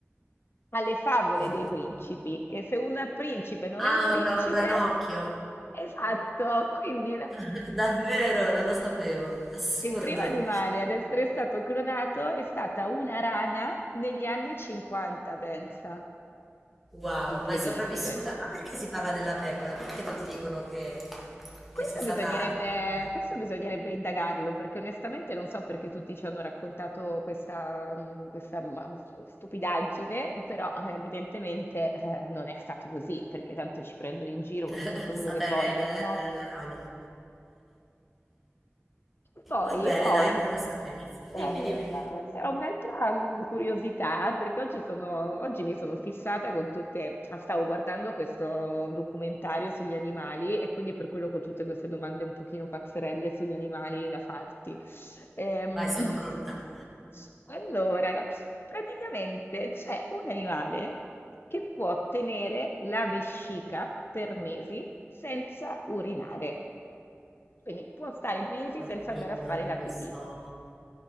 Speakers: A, on the left; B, in the centre.
A: alle favole
B: Oddio.
A: dei principi, che se un principe non è un
B: Ah,
A: principe
B: un, ra- un ranocchio.
A: esatto, <laughs> quindi la
B: <laughs> Davvero, non lo sapevo. Assurdo.
A: il primo animale ad essere stato clonato è stata una rana negli anni '50, pensa.
B: Wow,
A: Incredibile.
B: ma è sopravvissuta. Ma perché si parla della pecora? Perché tutti dicono che,
A: Questo
B: che sia stata
A: bisognerebbe,
B: la pecora?
A: questo bisognerebbe indagarlo, perché onestamente non so perché tutti ci hanno raccontato questa, mm, questa ma- stupidaggine, però eh, evidentemente eh, non è stato così, perché tanto ci prendono in giro con
B: <laughs> È
A: tutto quello
B: stata
A: che vogliono,
B: il- la,
A: no?
B: la, la rana.
A: Poi
B: Va bene,
A: ho,
B: dai,
A: im-
B: buono a sapersi.
A: eh,
B: Dimmi, dimmi.
A: eh, ho un'altra mm, curiosità perché oggi, sono, oggi mi sono fissata con tutte, ah, stavo guardando questo documentario sugli animali e quindi per quello che ho tutte queste domande un pochino pazzerelle sugli animali da farti. Ehm,
B: Vai, sono
A: <laughs>
B: pronta.
A: allora, praticamente c'è un animale che può tenere la vescica per mesi senza urinare. Quindi può stare mesi
B: Oddio,
A: senza andare a fare
B: non
A: la pipì.
B: lo so.